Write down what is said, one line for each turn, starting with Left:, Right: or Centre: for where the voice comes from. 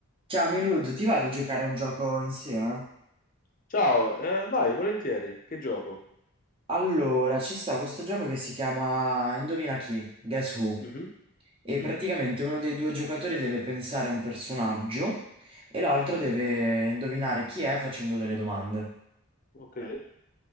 Right: Ciao Milud, ti va di giocare a un gioco insieme?
Left: Ciao, eh, vai, volentieri. Che gioco?
Right: Allora, ci sta questo gioco che si chiama Indovina chi? Guess Who?
Left: Mhm,
Right: E
Left: mhm,
Right: praticamente uno dei due giocatori deve pensare a un personaggio e l'altro
Left: mhm.
Right: deve indovinare chi è facendo delle domande.
Left: Ok,